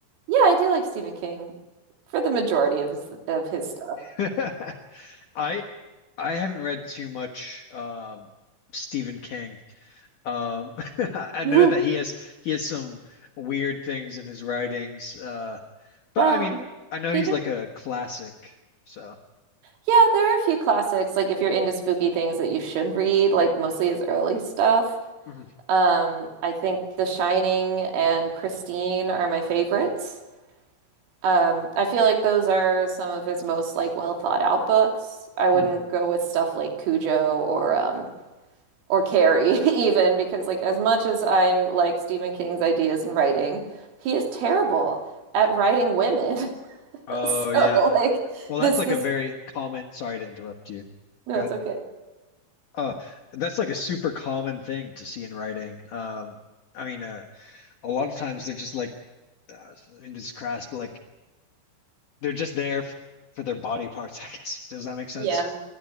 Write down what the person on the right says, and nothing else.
yeah, I do like Stephen King for the majority of his of his stuff.
<laughs>
Well,
he
did,
yeah, there are a few classics, like if you're into spooky things that you should read, like mostly his early stuff.
Um, I think The Shining and Christine are my favorites. Um, I feel like those are some of his most like well thought out books. I wouldn't
go with stuff like Cujo or um or Carrie <laughs> even because like as much as I like Stephen King's ideas and writing, he is terrible at writing women. <laughs>
So
like
this
this
no,
it's
okay.
Yeah.